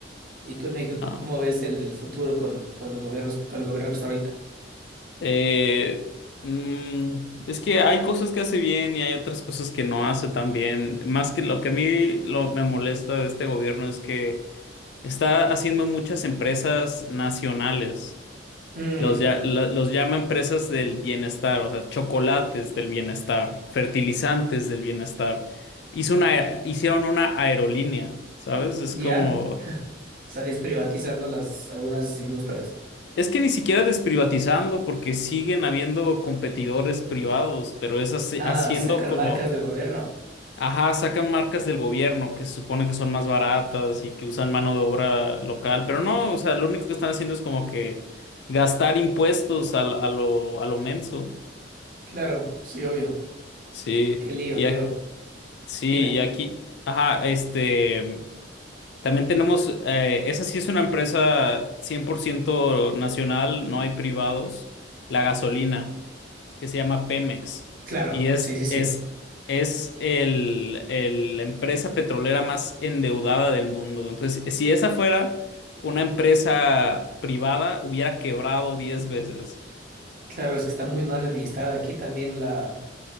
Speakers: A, on the right (about 45°); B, on the left (about 60°).
A: ¿Y tú en México
B: ah.
A: cómo ves el, el futuro con, con los gobiernos, con el gobierno que está ahorita?
B: Eh, mm, es que hay cosas que hace bien y hay otras cosas que no hace tan bien. Más que lo que a mí lo, me molesta de este gobierno es que Está haciendo muchas empresas nacionales.
A: Mm,
B: Los, ya- la- los llama empresas del bienestar, o sea, chocolates del bienestar, fertilizantes del bienestar. Hizo una, hicieron una aerolínea, ¿sabes?
A: ya,
B: Es como...
A: o sea, desprivatizando las, algunas industrias.
B: Es que ni siquiera desprivatizando porque siguen habiendo competidores privados, pero es haci-
A: Ah,
B: haciendo
A: sacan
B: como...
A: marcas del gobierno.
B: Ajá, sacan marcas del gobierno que se supone que son más baratas y que usan mano de obra local, pero no, o sea, lo único que están haciendo es como que gastar impuestos a, la- a lo, a lo menso.
A: Claro, sí, obvio.
B: Sí,
A: Qué lío,
B: y ac-
A: pero
B: sí,
A: dime.
B: y aquí, ajá, este. También tenemos, eh, esa sí es una empresa 100% nacional, no hay privados, la gasolina, que se llama Pemex,
A: Claro,
B: y es,
A: sí, sí, sí.
B: es, es el, el- la empresa petrolera más endeudada del mundo. Entonces, si esa fuera una empresa privada, hubiera quebrado 10 veces.
A: Claro, es que está muy mal administrada aquí también la,